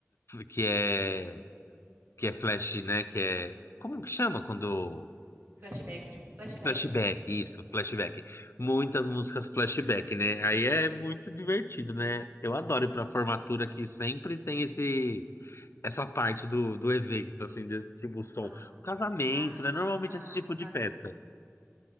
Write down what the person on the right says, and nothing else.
Flashback, flashback.
Ah,
ah,
lá na,
na,